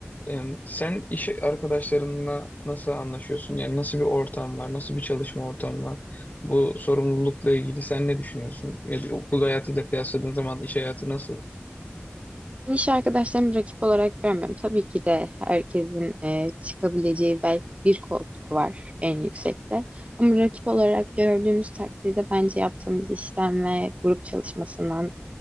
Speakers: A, on the left; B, on the right.
A: Ee, sen iş arkadaşlarınla nasıl anlaşıyorsun? Yani nasıl bir ortam var? Nasıl bir çalışma ortamı var? Bu sorumlulukla ilgili sen ne düşünüyorsun? Yani okul hayatıyla kıyasladığın zaman iş hayatı nasıl?
B: Ben iş arkadaşlarımı rakip olarak görmüyorum. Tabii ki de herkesin e, çıkabileceği belki bir koltuk var en yüksekte. Ama rakip olarak gördüğümüz takdirde bence yaptığımız işten ve grup çalışmasından